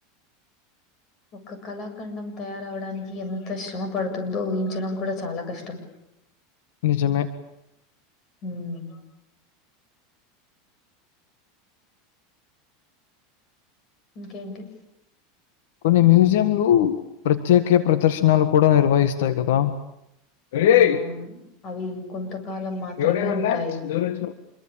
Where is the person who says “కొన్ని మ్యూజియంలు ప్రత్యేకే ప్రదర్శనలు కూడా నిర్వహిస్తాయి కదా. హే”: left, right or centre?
Left